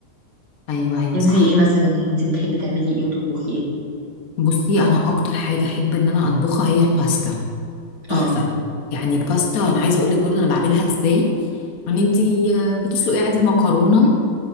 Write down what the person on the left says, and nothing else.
ايوه ايوه
صح
بصي انا اكتر حاجة احب ان انا اطبخها هي الباستا تحفه
يعني الباستا انا عايزه اقول لك برضو انا بعملها ازاي ان انت آه، بتسلقي عادي المكرونه